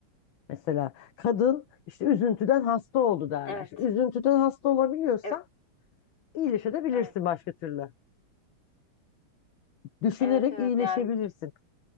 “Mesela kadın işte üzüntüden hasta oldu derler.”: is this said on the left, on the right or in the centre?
Left